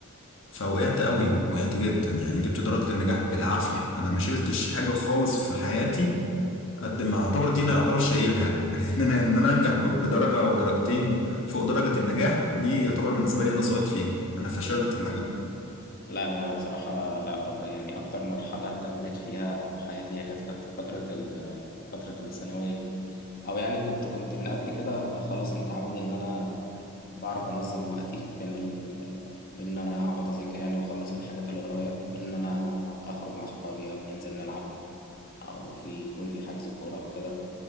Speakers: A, on the left; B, on the left.
A: فوقعت قوي وقعت جدا يعني جبت درجة النجاح بالعافية أنا ما شلتش حاجة خالص في حياتي قد ما اعتبر دي انا يعتبر شايلها <laughs> يعني ان انا ان انا انجح ب- بدرجه او درجتين فوق درجه النجاح دي يعتبر بالنسبه لي انا ساقط فيها انا فشلت
B: مم.
A: حقيقي
B: لا يعني أنا بصراحة لا يعني أكتر مرحلة اهتميت فيها في حياتي هي كانت فت- فترة ال فترة الثانوية يعني أو يعني كنت كنت من قبل كده خلاص متعود إن أنا بعرف أنظم وقتي بين ال بين إن أنا أقعد أذاكر يعني وأخلص الحاجات اللي ورايا بين إن أنا أخرج مع صحابي أو ننزل نلعب او في يكون في حجز كوره او كده